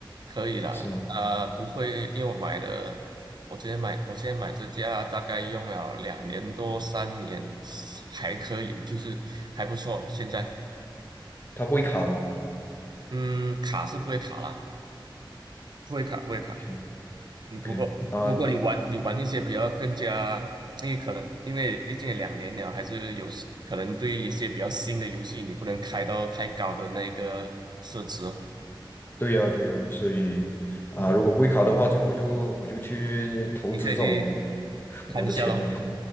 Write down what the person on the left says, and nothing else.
是吗？
它不会卡吗
？OK
OK，那
对呀，对呀，所以啊，
如果不会卡的话，这样我就我就去投资这种
<laughs>
我的钱了。